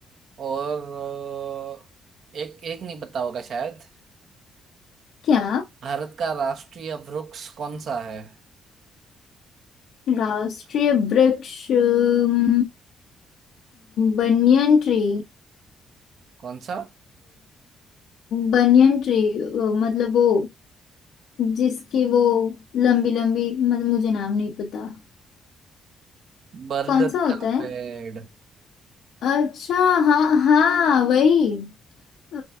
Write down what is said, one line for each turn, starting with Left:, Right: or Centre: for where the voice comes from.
Right: और अ, एक एक नहीं पता होगा शायद
Left: क्या
Right: भारत का राष्ट्रीय वृक्ष कौन सा है
Left: राष्ट्रीय वृक्ष अम, बनियन ट्री
Right: कौन सा
Left: Banyan tree मतलब वो जिसकी वो लंबी लंबी मतलब मुझे नाम नहीं पता
Right: बरगद
Left: कौन सा होता
Right: का पेड़
Left: है अच्छा हाँ हाँ वही अ,